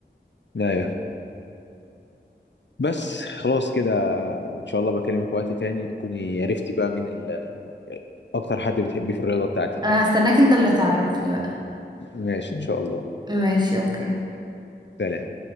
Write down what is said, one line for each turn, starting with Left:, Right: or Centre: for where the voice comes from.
Left: ايوه بس خلاص كده ان شاء الله بكلمك في وقت تاني تكوني عرفتي بقى مين ال... اكتر حد بتحبيه في الرياضة بتاعتك
Right: انا
Left: يعني
Right: هستناك انت اللي تعرفني بقى
Left: ماشي ان شاء الله
Right: ماشي اوكي
Left: سلام